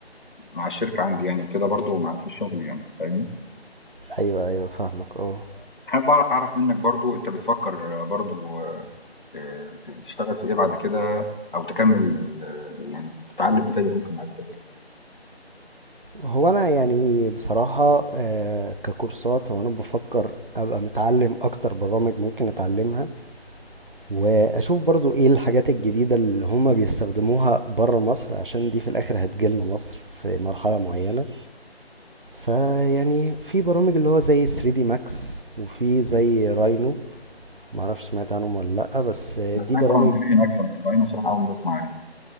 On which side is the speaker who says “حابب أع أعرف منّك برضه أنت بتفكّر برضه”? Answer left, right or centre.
Left